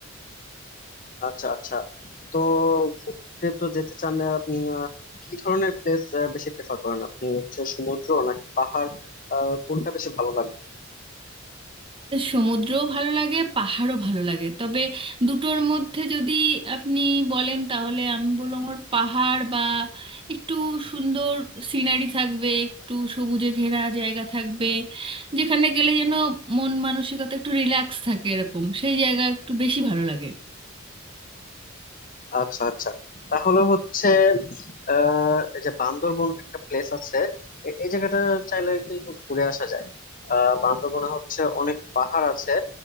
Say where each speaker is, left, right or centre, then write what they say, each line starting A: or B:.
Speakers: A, on the left (about 40°); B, on the right (about 25°).
A: আচ্ছা আচ্ছা তো ঘুরতে তো যেতে চান আপনি আহ, কি ধরনের প্লেস বেশি প্রেফার করেন আপনি হচ্ছে সমুদ্র নাকি পাহাড় আহ, কোনটা বেশি ভালো লাগে
B: সমুদ্রও ভালো লাগে পাহাড়ও ভালো লাগে তবে দুটোর মধ্যে যদি আপনি বলেন তাহলে আমি বলবো আমার পাহাড় বা একটু সুন্দর সিনারি থাকবে একটু সবুজে ঘেরা জায়গা থাকবে যেখানে গেলে যেন মন মানসিকতা একটু রিল্যাক্স থাকে এরকম সেই জায়গা একটু বেশি ভালো লাগে
A: আচ্ছা আচ্ছা তাহলে হচ্ছে আহ এই যে বান্দরবন একটা প্লেস আছে এ- এই জায়গাটা চাইলে কিন্তু ঘুরে আসা যায় আহ বান্দরবনে হচ্ছে অনেক পাহাড় আছে